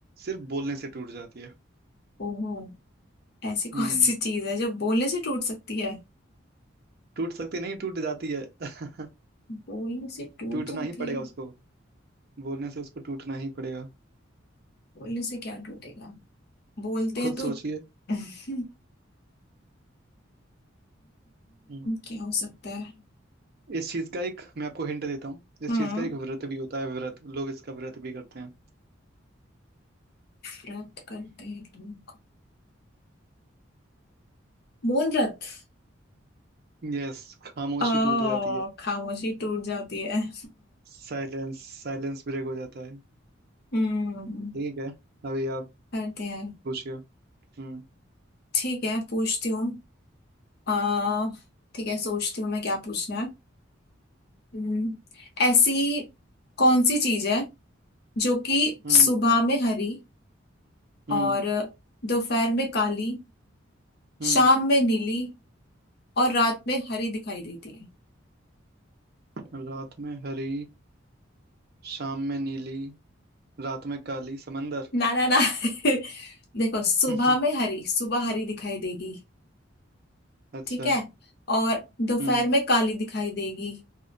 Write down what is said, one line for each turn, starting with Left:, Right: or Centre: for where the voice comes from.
Right: सिर्फ बोलने से टूट जाती है
Left: ओहो ऐसी
Right: हम्म
Left: कौन सी चीज है जो बोलने से टूट सकती है
Right: <laughs> टूट सकती नहीं टूट जाती है <laughs>
Left: बोलने से टूट
Right: टूटना
Left: जाती
Right: ही पड़ेगा
Left: है
Right: उसको बोलने से उसको टूटना ही पड़ेगा
Left: बोलने से क्या टूटेगा बोलते
Right: खुद
Left: हैं तो
Right: सोचिए
Left: <laughs>
Right: हम्म।
Left: क्या हो सकता है
Right: इस चीज का एक मैं आपको हिंट देता हूँ इस
Left: हाँ
Right: चीज का एक व्रत भी होता है व्रत लोग इसका व्रत भी करते हैं
Left: व्रत करते हैं लोग मौन व्रत
Right: यस खामोशी
Left: ओ
Right: टूट जाती है
Left: खामोशी टूट जाती है <laughs>
Right: साइलेंस साइलेंस ब्रेक हो जाता है
Left: हम्म
Right: ठीक है अभी आप
Left: करते हैं
Right: पूछिए हम्म
Left: ठीक है पूछती हूँ आ ठीक है सोचती हूँ मैं क्या पूछना है हम्म, ऐसी कौन सी चीज है जो कि
Right: हम्म
Left: सुबह में हरी
Right: हम्म
Left: और दोपहर में काली
Right: हम्म
Left: शाम में नीली और रात में हरी दिखाई देती है
Right: हम्म रात में हरी शाम में नीली रात में काली समंदर
Left: ना ना ना <laughs> देखो सुबह
Right: <laughs>
Left: में हरी सुबह हरी दिखाई देगी
Right: अच्छा
Left: ठीक है और दोपहर
Right: हम्म
Left: में काली दिखाई देगी